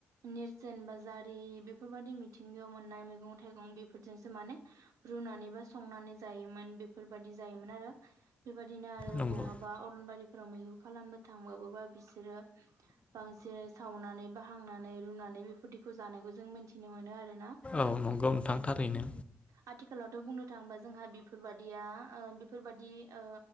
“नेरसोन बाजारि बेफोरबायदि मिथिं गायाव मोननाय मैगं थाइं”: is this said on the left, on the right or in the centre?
Right